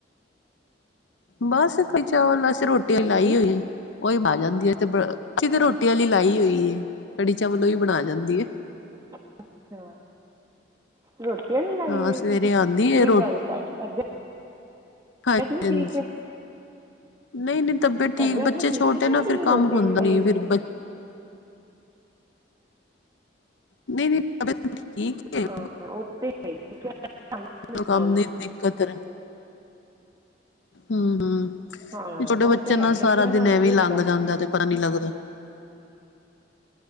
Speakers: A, on the left; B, on the right.
A: ਬਸ ਖ ਚ ਵਲ ਅ ਰੋਟ ਰੋਟੀ ਵਾਲੀ
B: ਹਾਂਜੀ
A: ਲਾਈ ਹੋਈ ਉਹੀ ਆ ਜਾਂਦੀ ਹੈ ਤੇ ਅ ਤੇ ਰੋਟੀ ਵਾਲੀ ਲਾਈ ਹੋਈ। ਕੜੀ ਚਾ ਵੱਲੋਂ ਵੀ ਬਣਾ ਜਾਂਦੀ ਹੈ।
B: ਅੱਛਾ। ਰੋਟੀ ਵੀ ਲਾਈ
A: ਹਾਂ
B: ਹੋਏ
A: ਸਵੇਰੇ
B: ਤੁਸੀਂ
A: ਆਂਦੀ
B: ਕੀ
A: ਏ ਰੋਟੀ
B: ਗੱਲ ਤੁਹਾਡੀ ਤਬ
A: ਹਾਂਜੀ
B: ਏਤ ਨੀ ਠੀਕ
A: ਹਾਂਜੀ।
B: ਹੈ?
A: ਨਹੀਂ ਨਹੀਂ ਠੀਕ
B: ਤਬੀਅਤ
A: ਬੱਚੇ
B: ਠੀਕ
A: ਛੋਟੇ
B: ਹੈ ਤੁਹਾਡੀ
A: ਨਾ ਫਿਰ ਕੰਮ
B: ਰੋਟੀ
A: ਹੁੰਦਾ
B: ਨ ਲਾਈ
A: ਨੀ ਫਿਰ
B: ਆ?
A: ਬ ਨਹੀਂ ਨਹੀਂ ਠੀਕ ਫਿਰ
B: ਹਾਂ ਉਹ ਤਾਂ ਹੈ ਹੀ ਬੱਚਿਆਂ ਨਾਲ ਨੀ ਮਿਲਦਾ
A: ਕੰ
B: ਉਹਨਾਂ
A: <unintelligible> ਦਿੱਕਤਰ ਰ। ਹਮ ਹਮ
B: ਹਾਂ
A: ਛੋਟੇ ਬੱਚੇ
B: ਉਹ ਤਾਂ ਹੈ
A: ਨਾਲ ਸਾਰਾ
B: ਬੱਚਿਆਂ
A: ਦਿਨ
B: ਨਾਲ
A: ਐਵੇਂ
B: ਨਹੀਂ ਹੁੰਦਾ
A: ਲੰਘ ਜਾਂਦਾ
B: ਕੰਮ
A: ਤੇ ਪਤਾ ਨੀ ਲੱਗਦਾ ਹ।